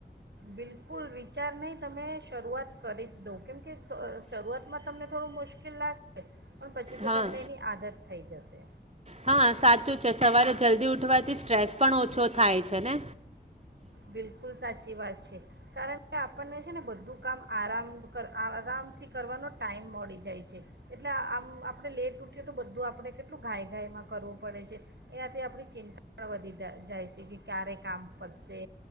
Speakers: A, on the right; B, on the right.
A: બિલકુલ વિચાર નહીં તમે શરૂઆત કરી જ દો કેમ કે દ શરૂઆતમાં તમને થોડું મુશ્કેલ લાગે પણ પછી તો
B: હા
A: તમને એની આદત થઈ જશે.
B: હા સાચું છે સવારે જલ્દી ઉઠવાથી સ્ટ્રેસ પણ ઓછો થાય છે ને
A: બિલકુલ સાચી વાત છે, કારણ કે આપણને છે ને બધું કામ આરામ આરામથી કરવાનો ટાઈમ મળી જાય છે, એટલે આમ આપણે લેટ ઉઠીએ તો બધું આપણે કેટલું ઘાય ગાયમાં કરવું પડે છે એનાથી આપણી ચિંતા પણ વધી જાય છે, કે ક્યારે કામ પતશે